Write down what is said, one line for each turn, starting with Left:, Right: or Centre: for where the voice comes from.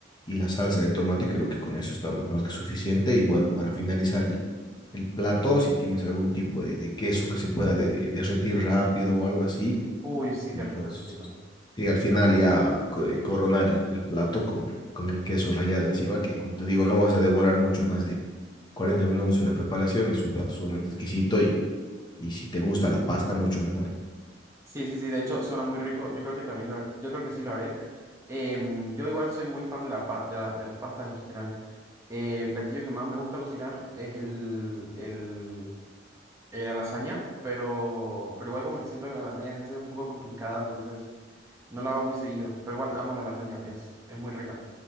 Left: y la salsa de tomate, creo que con eso estamos más que suficiente. Y bueno, para finalizar el, el plato, si tienes algún tipo de, de queso que se pueda de- eh, derretir rápido o algo así,
Right: Uy, sí,
Left: entonces...
Right: qué rico, qué rico.
Left: Y al final ya co- eh, coronar el, el plato con, con el queso rallado encima, que como te digo, no vas a demorar mucho más de 40 minutos en la preparación. Es un plato sumamente exquisito y, y si te gusta la pasta, mucho mejor.
Right: Sí, sí, sí, de hecho suena muy rico. Yo creo que también lo, har- yo creo que sí lo haré. Em, yo igual soy muy fan de la, pa- de la- de las pastas en general. Eh, el platillo que más me gusta cocinar es el, el, eh, la lasaña, pero, pero igual como que siento que la lasaña a veces es un poco complicada, entonces no la hago muy seguido. Pero igual amo la lasaña, es, es muy rica.